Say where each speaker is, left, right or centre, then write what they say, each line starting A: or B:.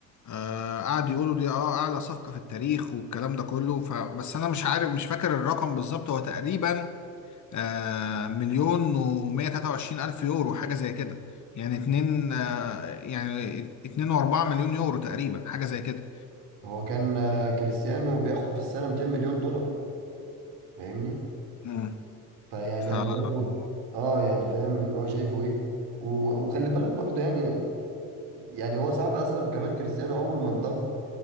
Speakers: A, on the left; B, on the right.
A: أه قعدوا يقولوا دي اه اعلى صفقة في التاريخ والكلام ده كله ف بس انا مش عارف مش فاكر الرقم بالظبط هو تقريبا أه مليون ومية تلاتة وعشرين الف يورو حاجة زي كده يعني اتنين آه، يعني اتنين واربعة مليون يورو تقريبا حاجة زي كده
B: هو كان آه، كريستيانو بياخد في السنة 200 مليون دولار فاهمني
A: مم.
B: فيعني
A: ف-
B: انا شايفه اه يعني فاهم اللي هو شايفه ايه و- وخلي بالك برضه يعني يعني هو صاحبي اصلا كمان كريستيانو اول ما انضم